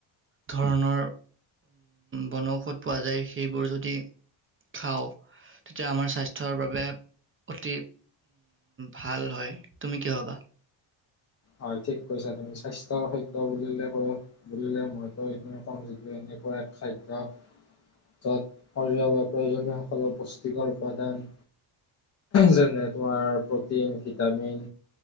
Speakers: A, on the right (about 30°); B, on the left (about 35°).
A: ধৰণৰ বনৌষধ পোৱা যায় সেইবোৰ যদি খাও তেতিয়া আমাৰ স্বাস্থ্যৰ বাবে অতি ভাল হয় তুমি কি ভবা।
B: হয় ঠিক কৈছা তুমি, স্বাস্থ্যৰ খাদ্য বুলিলে ক বুলিলে মইতো এই কও যিটো এনেকুৱা এক খাদ্য য'ত শৰীৰৰ বাবে প্ৰয়োজনীয় সকলৰ পুষ্টিকৰ উপাদান যেনে তোমাৰ প্ৰটিন, ভিটামিন,